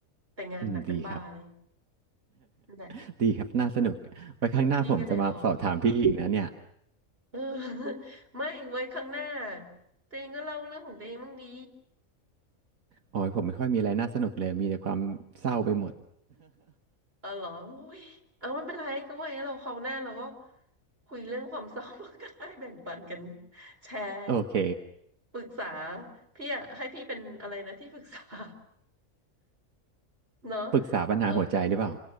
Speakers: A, on the right; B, on the right.
A: แต่งานหนักเป็นบ้าเลย
B: อืมดีครับ
A: นั่นแหละ
B: <laughs> ดีครับน่าสนุกไว้ครั้งหน้าผมจะมาสอบถามพี่อีกนะเนี่ย
A: พี่ก็เลยออกเออ <laughs> ไม่ไว้ครั้งหน้าเตงก็เล่าเรื่องของเตงบ้างดี
B: โอ้ยผมไม่ค่อยมีอะไรน่าสนุกเลยมีแต่ความเศร้าไปหมด
A: เออเหรออุ้ยเอาไม่เป็นไรก็ไวาอย่างนั้นเราคราวหน้าเราก็คุยเรื่องความเศร้า <laughs> ก็ได้แบ่งปันกันแชร์
B: <laughs> โอเค
A: ปรึกษาพี่อะให้พี่เป็นอะไรนะที่ปรึกษา <laughs> เนาะ
B: ปรึกษาปัญหาหัวใจหรือเปล่า
A: เออ